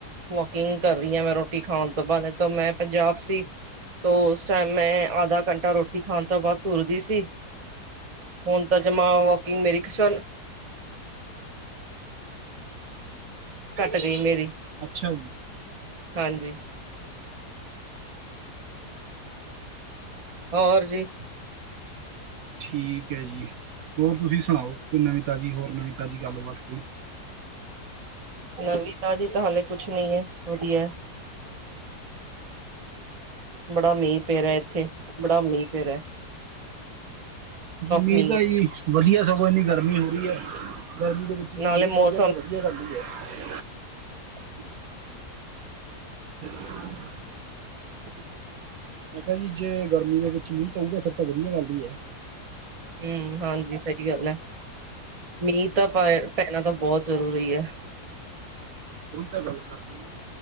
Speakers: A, on the right; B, on the right.
A: ਵਾਕਿੰਗ ਕਰ ਰਹੀ ਹਾਂ ਮੈਂ ਰੋਟੀ ਖਾਣ ਤੋਂ ਬਾਅਦ ਤੋ ਮੈਂ ਪੰਜਾਬ ਸੀ ਤੋ ਉਸ ਟਾਈਮ ਮੈਂ ਆਧਾ ਘੰਟਾ ਰੋਟੀ ਖਾਣ ਤੋਂ ਬਾਅਦ ਤੁਰਦੀ ਸੀ। ਹੁਣ ਤਾਂ ਜਮਾ ਵੋਕਿੰਗ ਮੇਰੀ ਖਛ ਘੱਟ ਗਈ ਮੇਰੀ।
B: ਅੱਛਾ, ਜੀ।
A: ਹਾਂਜੀ। ਹੋਰ, ਜੀ।
B: ਠੀਕ ਹੈ ਜੀ ਹੋਰ ਤੁਸੀਂ ਸੁਣਾਓ ਕੋਈ ਨਵੀਂ, ਤਾਜ਼ੀ ਹੋਰ ਨਵੀਂ, ਤਾਜ਼ੀ ਗੱਲਬਾਤ ਕੋਈ?
A: ਨਵੀਂ ਤਾਜੀ ਤਾਂ ਹਾਲੇ ਕੁਛ ਨੀ ਹੈ, ਵਧੀਆ। ਬੜਾ ਮੀਂਹ ਪੈ ਰਾ ਇੱਥੇ ਬੜਾ ਮੀਂਹ ਪੈ ਰਾ।
B: ਮੀਂ
A: ਮੀਂਹ
B: ਦਾ
A: ਹੈ
B: ਈ ਵਧੀਆ ਸਗੋਂ ਇੰਨੀ ਗਰਮੀ ਹੋ ਰਹੀ ਹੈ ਗਰਮੀ ਦੇ ਵਿੱਚ ਜੇ
A: ਨਾਲੇ
B: ਮੀਂਹ
A: ਮੌਸਮ
B: ਪਊਗਾ ਤਾਂ ਵਧੀਆ ਗੱਲ ਈ ਹੈ।
A: <inaudible>
B: ਹਾਂ। <unintelligible>
A: ਹੂੰ। <inaudible>
B: ਮੈਂ ਕਿਹਾ ਜੀ, ਜੇ ਗਰਮੀ ਦੇ ਵਿੱਚ ਮੀਂਹ ਪਊਗਾ ਫੇਰ ਤਾਂ ਵਧੀਆ ਗੱਲ ਈ ਐ।
A: ਹੂੰ, ਹਾਂਜੀ ਸਹੀ ਗੱਲ ਹੈ ਮੀਂਹ ਤਾਂ ਪੈ ਪੈਣਾ ਤਾਂ ਬਹੁਤ ਜ਼ਰੂਰੀ ਹੈ।
B: ਉਹੀ ਤਾਂ ਗੱਲ ਹੈ।